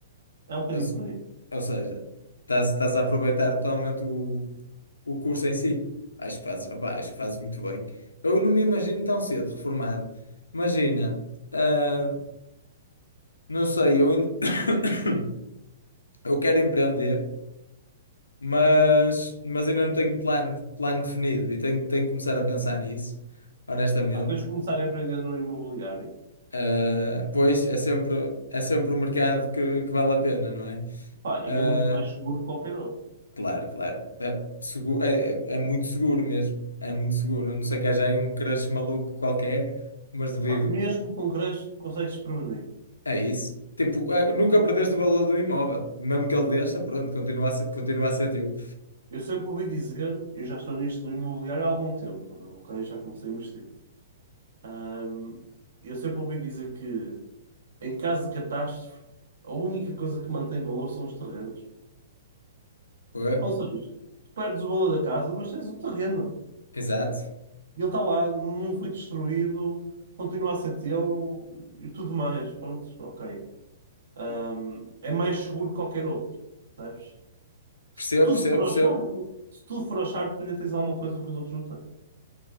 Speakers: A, on the right; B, on the left.
A: é um bocadinho
B: Ou, se-
A: por aí.
B: ou seja, estás, estás a aproveitar totalmente o, o curso em si. Acho que fazes, opá, acho que fazes muito bem. Eu não me imagino tão cedo reformado. Imagina. ah, Não sei, eu, ainda- <coughs> eu quero empreender, mas, mas ainda não tenho plano, plano definido e tenho, tenho que começar a pensar
A: ok?
B: nisso, honestamente.
A: Há pessoas que começarem a empreender no imobiliário,
B: Ah, pois é sempre, é sempre o mercado que, que vale a pena, não é?
A: pá,
B: Ah,
A: e é muito mais seguro que qualquer outro.
B: claro, claro. É, seguro, é, é- é muito seguro mesmo. É muito seguro. A não ser que haja aí um crush maluco qualquer, mas duvido.
A: Pá, mesmo com creche, consegues prevenir.
B: É isso. Tipo, é, nunca perdeste o valor do imóvel. Mesmo que ele deixa, pronto,
A: percebes?
B: continua a ser, continua a ser teu.
A: Eu sempre ouvi dizer, eu já estou nisto do imobiliário há algum tempo, ok? Já comecei a investir. Ahm, eu sempre ouvi dizer que, em caso de catástrofe, a única coisa que mantém valor são os terrenos.
B: Pô.
A: Ou seja, tu perdes o valor da casa, mas tens um terreno.
B: Exato.
A: E ele está lá, não foi destruído, continua a ser teu e tudo mais. Pronto, ok. Ahm, é mais seguro que qualquer outro, sabes? Se
B: Percebo,
A: tudo
B: percebo,
A: for
B: percebo.
A: ao charco, se tudo for ao charco, tu ainda tens alguma coisa que os outros não têm.